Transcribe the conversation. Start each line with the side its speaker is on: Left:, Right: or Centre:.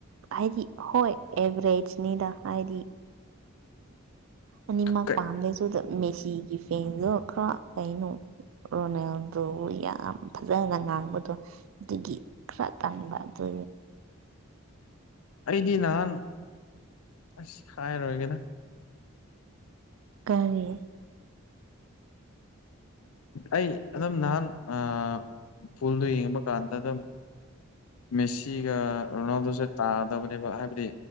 Right: ꯍꯥꯏꯗꯤ ꯍꯣꯏ ꯑꯦꯚꯔꯦꯖꯅꯤꯗ ꯍꯥꯏꯗꯤ ꯑꯅꯤꯃꯛ
Left: ꯀꯩ
Right: ꯄꯥꯝꯗꯁꯨꯗ ꯃꯦꯁꯤꯒꯤ ꯐꯦꯟꯗꯣ ꯈꯔ ꯀꯩꯅꯣ ꯔꯣꯅꯦꯜꯗꯣ ꯌꯥꯝ ꯐꯖꯅ ꯉꯥꯡꯕꯗꯣ ꯑꯗꯨꯒꯤ ꯈꯔꯥ ꯇꯥꯟꯕ ꯑꯗꯨ
Left: ꯑꯩꯗꯤ ꯅꯍꯥꯟ ꯑꯁ ꯍꯥꯏꯔꯣꯏꯒꯦꯗ
Right: ꯀꯔꯤ
Left: ꯑꯩ ꯑꯗꯨꯝ ꯅꯍꯥꯟ ꯑꯥ ꯐꯨꯜꯗꯣ ꯌꯦꯡꯕ ꯀꯥꯟꯗ ꯑꯗꯨꯝ ꯃꯦꯁꯤꯒ ꯔꯣꯅꯥꯜꯗꯣꯁꯦ ꯇꯥꯗꯕꯅꯦꯕ ꯍꯥꯏꯕꯗꯤ